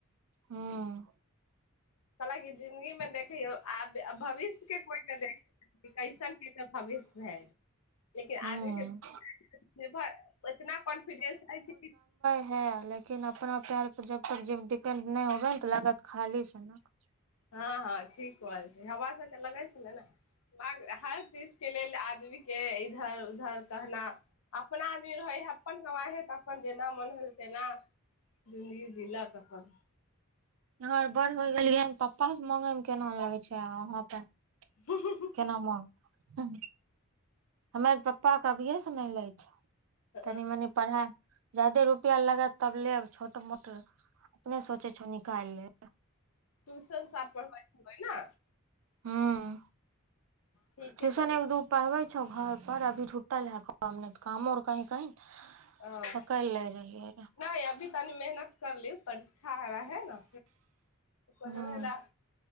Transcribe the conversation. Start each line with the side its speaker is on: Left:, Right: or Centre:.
Right: हँ।
Left: सला के जिंदगी मैं देखियो आब भविष्य के कोइयो ने देखलकै कइसन के त भविष्य भेल लेकिन
Right: हूँ
Left: आदमीके निर्भर इतना कॉन्फिडेन्स रहै छै, की
Right: हैं, लेकिन अपना पैर पर जबतक जे डिपेंड नहि होबैन तऽ लागत खाली सनक।
Left: हँ-हँ, ठीक रहल छै हवा सब त लगै छलै ने बाग हर चीज के लेल आदमी के इधर उधर कहना अपना आदमी रहै हैय, अपन कवाइ हइ, तऽ अपन जेना मन होल तेना जिन्दगी जिलक अपन।
Right: हर बड़ होय गेलियै हैं, पप्पा स मांगऽ मे केना लगै छै आब हुआं पे
Left: हु-हु-हु।
Right: केना मांग, हं हमर पप्पा क अभिये से नहि लै छै।
Left: ह
Right: तनी मनी परहाइ जादे रुपआ लागत तब लेब छोट मोट अपने सोचे छौ निकालि ले।
Left: ट्यूशन साथ परहबै <unintelligible> न।
Right: हुम्म,
Left: ठीके
Right: टूशन
Left: करै
Right: एक
Left: छै
Right: दू पढ़बै छौ घर पर, अभी झुट्टल है <unintelligible> कामों कहीं कहीं,
Left: ह
Right: पकैड़ ले रहियै।
Left: नहि अभी तनी मेहनत करलीव, परीक्षा है रहे न? परहवैइ
Right: हूँ
Left: लैऽ